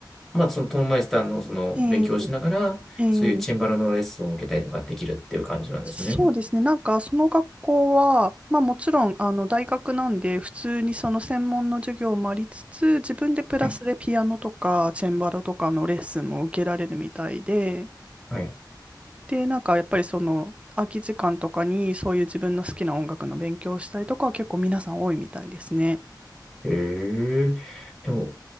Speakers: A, in the centre; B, on the right (about 15°).
A: まあ、そのトーンマイスターのその勉強をしながら、
B: ええええ
A: そういうチェンバロのレッスンを受けたりとかできるっていう感じなんですね。
B: そうですね。なんか、その学校は、まあもちろん、あの、大学なんで、普通にその専門の授業もありつつ、自分でプラスでピアノとか、
A: はい。
B: チェンバロとかのレッスンも受けられるみたいで、
A: はい
B: で、なんか、やっぱりその、空き時間とかに、そういう自分の好きな音楽の勉強をしたりとかは結構皆さん多いみたいですね。
A: ええ、でも、